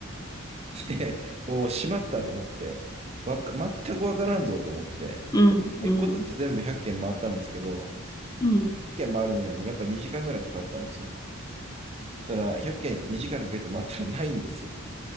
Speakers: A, on the right; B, on the left.
A: で、もう閉まったと思って、わか、全くわからんぞと思って、
B: うんうん
A: 1個ずつ全部100軒回ったんですけど、
B: うん。
A: 軒回るのにやっぱ2時間ぐらいかかったんですよ。ただ、100軒2時間かんかけて回ったらないんですよ。